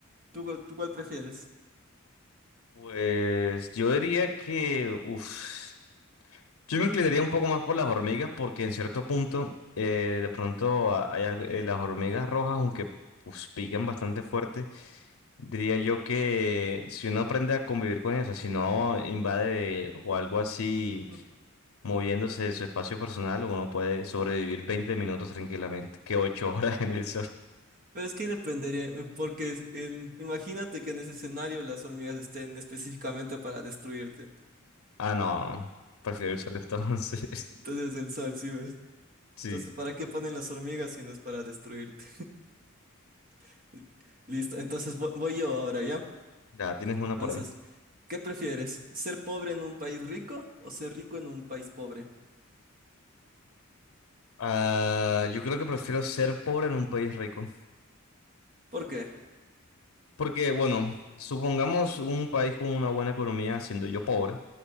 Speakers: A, on the right (about 40°); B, on the left (about 80°).
A: ¿Tú, cuál- tú cuál prefieres?
B: Pues yo diría que, uff. Yo me inclinaría un poco más por las hormigas porque en cierto punto eh, de pronto a- hay algo- eh, las hormigas rojas, aunque pues, pican bastante fuerte, diría yo que si uno aprende a convivir con ellas, o sea, si no invade o algo así
A: <laughs>
B: moviéndose de su espacio personal, uno puede sobrevivir 20 minutos tranquilamente, que 8 <laughs> horas en el sol.
A: Pero es que dependería, eh, porque es- en- imagínate que en ese escenario las hormigas estén específicamente para destruirte.
B: Ah, no, prefiero el sol entonces.
A: Entonces
B: <laughs>
A: el sol, ¿sí ves?
B: Sí,
A: Entonces, ¿para qué ponen las hormigas si no es para destruirte? <laughs> Listo, entonces vo- voy, yo ahora, ¿ya?
B: ya tienes una
A: Entonces,
B: por ahí.
A: ¿qué prefieres? ¿Ser pobre en un país rico o ser rico en un país pobre?
B: Ah, yo creo que prefiero ser pobre en un país rico.
A: ¿Por qué?
B: Porque, bueno, supongamos un país con una buena economía, siendo yo pobre,